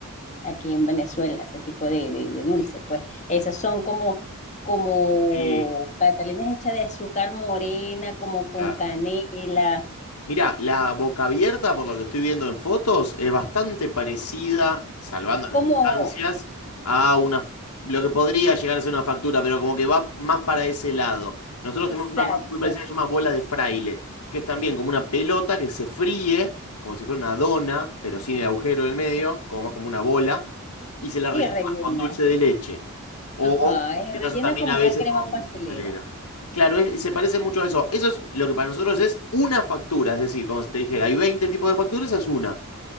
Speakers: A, on the left (about 35°); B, on the left (about 90°).
A: aquí en Venezuela, ese tipo de, de, de dulce, pues esas son como, como
B: Sí,
A: catalinas hechas de azúcar morena, como con
B: claro.
A: canela,
B: Mirá, la boca abierta, por lo que estoy viendo en fotos, es bastante parecida, salvando
A: es como,
B: las distancias, a una, f- lo que podría llegar a ser una factura, pero como que va más para ese lado. Nosotros
A: exacto,
B: tenemos una más muy parecida que se llama bola de fraile, que es también como una pelota que se fríe, como si fuera una dona, pero sin el agujero en el medio, como más como una bola, y se la
A: y
B: rellena
A: rellena,
B: con dulce de leche. O
A: ajá,
B: en
A: es
B: este
A: rellena
B: caso también
A: como
B: a veces
A: una crema
B: con
A: pastelera.
B: pastelera. Claro, es- se parece mucho a eso. Eso es lo que para nosotros es una factura, es decir, como si te dijera, hay 20 tipos de facturas, esa es una.